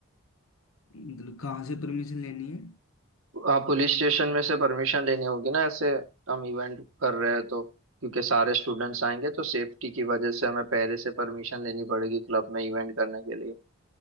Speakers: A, on the left; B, on the right.
A: मतलब कहाँ से परमिशन लेनी है
B: आप पुलिस स्टेशन में से परमिशन लेनी होगी ना ऐसे हम इवेंट कर रहे हैं तो क्योंकि सारे स्टूडेंट्स आएंगे तो सेफ्टी की वजह से हमें पहले से परमिशन लेनी पड़ेगी क्लब में इवेंट करने के लिए